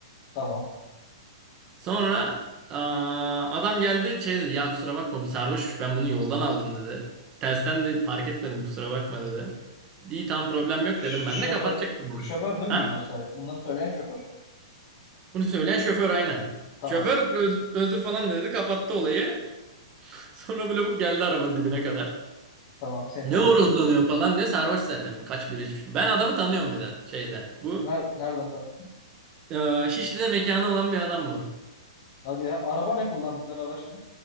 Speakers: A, on the left; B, on the right.
A: tamam.
B: Sonra aa, adam geldi şey dedi ya kusura bakma bu sarhoşmuş ben bunu yoldan aldım dedi. Tersten de fark etmedim kusura bakma dedi. İyi tam problem yok
A: Ş-
B: dedim ben de
A: Şoför
B: kapatacaktım bunu.
A: şoför değil
B: Ha?
A: mi bunları söyle? Bunları söyleyen şoför.
B: Bunu söyleyen şoför aynen.
A: Tamam.
B: Şoför özür, özür falan dedi kapattı olayı. <laughs> Sonra böyle bu geldi arabanın dibine kadar.
A: Tamam senin
B: Ne
A: arabayı.
B: horozlanıyorsun falan diyor sarhoş zaten kaç bira içmiş. Ben adamı tanıyorum bir de şeyde. Bu
A: Ner nereden tanıyorsun?
B: aa, Şişli'de mekanı olan bir adam bu.
A: Hadi ya araba ne kullandıkları araç ne?